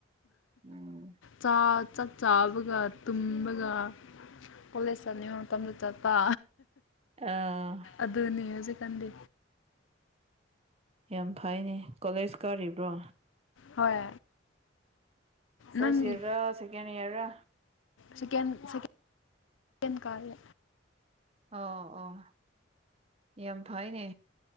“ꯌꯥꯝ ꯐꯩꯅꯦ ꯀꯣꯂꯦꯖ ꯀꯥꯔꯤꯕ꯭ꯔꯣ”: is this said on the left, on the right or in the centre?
Right